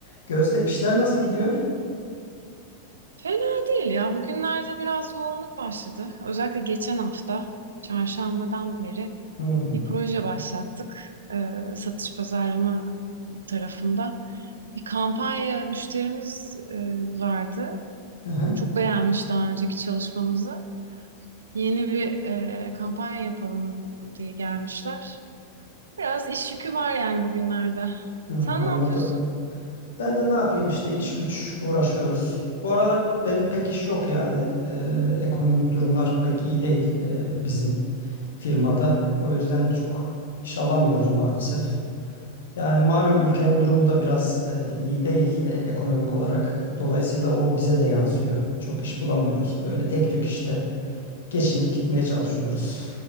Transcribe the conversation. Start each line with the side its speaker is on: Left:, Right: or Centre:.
Left: Gözde işler nasıl gidiyor?
Right: Fena değil ya. Bugünlerde biraz yoğunluk başladı. Özellikle geçen hafta çarşambadan beri
Left: Hmm,
Right: bir proje başlattık. Ee, satış pazarlama tarafında bir kampanya müşterimiz e, vardı.
Left: hı hı,
Right: Çok beğenmiş daha önceki çalışmamızı. Yeni bir e, kampanya yapalım diye gelmişler. Biraz iş yükü var yani bugünlerde.
Left: hı, anladım.
Right: Sen ne yapıyorsun?
Left: Ben de ne yapayım işte iş güç uğraşıyoruz. Bu aralar benim pek iş yok yani. Ee, ekonomik durumlar pek iyi değil ee, bizim firmada. O yüzden çok iş alamıyoruz maalesef. Yani malum ülkenin durumu da biraz e, iyi değil e, ekonomik olarak. Dolayısıyla o bize de yansıyor. Çok iş bulamıyoruz. Böyle tek tük işte geçinip gitmeye çalışıyoruz.